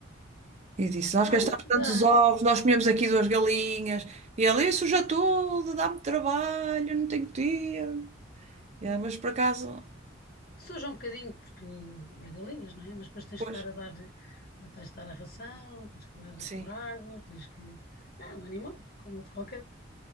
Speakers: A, on the right; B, on the left.
A: E disse: Nós
B: Dá,
A: gastamos
B: um-
A: tantos
B: dá,
A: ovos, nós comemos aqui duas galinhas. E ele, isso já tudo, dá-me trabalho, não tenho tempo. É, mas por acaso,
B: suja um bocadinho, porque é galinhas, não é? Mas depois tens
A: pois,
B: que estar a dar, tens de estar a ração, tens que dar
A: sim.
B: por água, tens que. É um animal, como de qualquer.